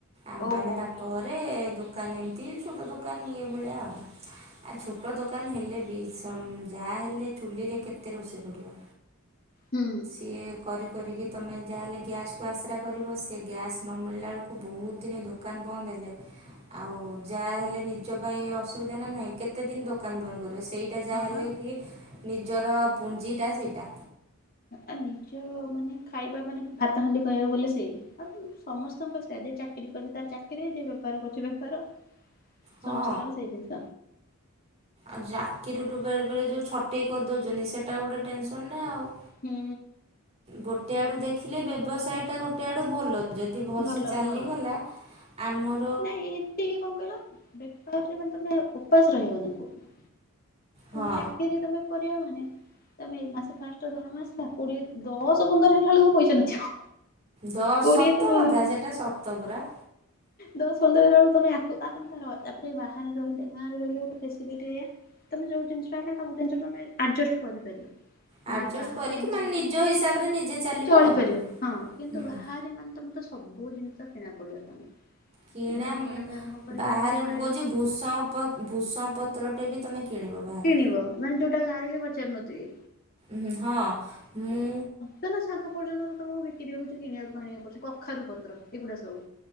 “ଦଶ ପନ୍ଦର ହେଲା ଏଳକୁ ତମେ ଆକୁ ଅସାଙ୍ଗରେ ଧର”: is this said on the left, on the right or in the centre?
Left